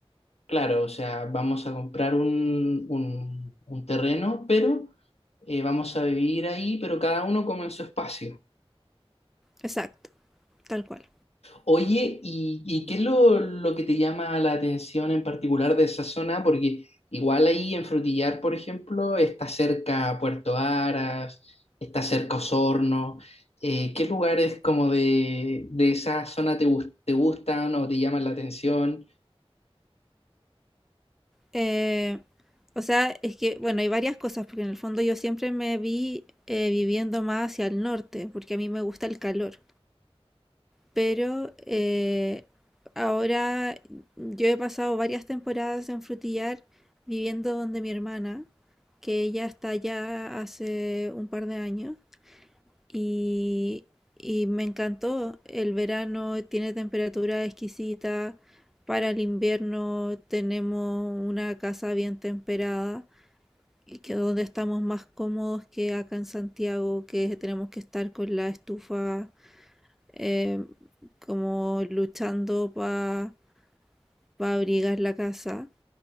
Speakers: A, on the left (about 85°); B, in the centre.
A: claro, o sea, vamos a comprar un, un, un terreno, pero eh, vamos a vivir ahí, pero cada uno como en su espacio.
B: Exacto, tal cual.
A: Oye, ¿y, y qué es lo, lo que te llama la atención en particular de esa zona? Porque igual ahí en Frutillar, por ejemplo, está cerca Puerto Aras, está cerca Osorno. Eh, ¿qué lugares como de, de esa zona te, gus- te gustan o te llaman la atención?
B: Eh, o sea, es que, bueno, hay varias cosas, porque en el fondo yo siempre me vi eh, viviendo más hacia el norte, porque a mí me gusta el calor. Pero eh, ahora yo he pasado varias temporadas en Frutillar viviendo donde mi hermana, que ella está allá hace un par de años. Y, y me encantó. El verano tiene temperatura exquisita. Para el invierno tenemos una casa bien temperada, y que donde estamos más cómodos que acá en Santiago, que tenemos que estar con la estufa eh, como luchando para abrigar la casa.